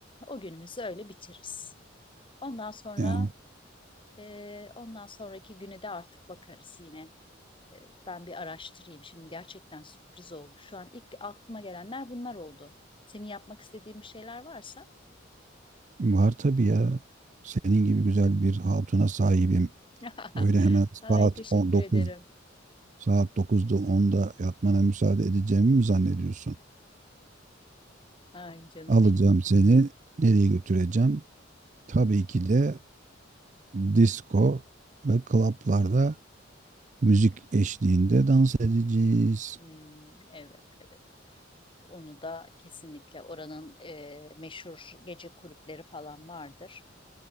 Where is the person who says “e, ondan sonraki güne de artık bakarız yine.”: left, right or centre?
Left